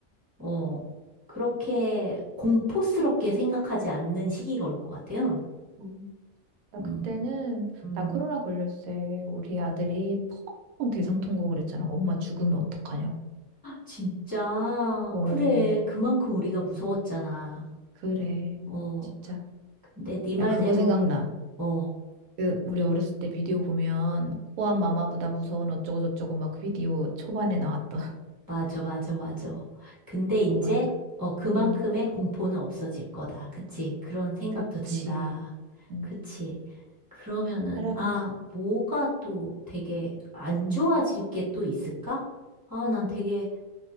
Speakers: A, on the right (about 15°); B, on the right (about 85°).
A: 어, 그렇게 공포스럽게 생각하지 않는 시기가 올 것 같아요.
B: 음. 나
A: 음,
B: 그때는
A: 음.
B: 나 코로나 걸렸을 때 우리 아들이 펑펑 대성통곡을 했잖아. 엄마 죽으면 어떡하냐고.
A: 진짜,
B: 어,
A: 그래. 그만큼 우리가 무서웠잖아.
B: 그래.
A: 어,
B: 진짜.
A: 근데 네 말대로,
B: 야, 그거 생각나.
A: 어,
B: 그 우리 어렸을 때 비디오 보면 호환 마마보다 무서운 어쩌고저쩌고 막 비디오 초반에 나왔던
A: 맞아, 맞아, 맞아. 근데
B: <laughs> 이거
A: 이제,
B: 완전
A: 어, 그만큼의
B: 음
A: 공포는 없어질 거다. 그치? 그런 생각도
B: 그치
A: 든다.
B: 음
A: 그치? 그러면은,
B: 사람
A: 아, 뭐가 또 되게 안 좋아질 게 또 있을까? 아, 난 되게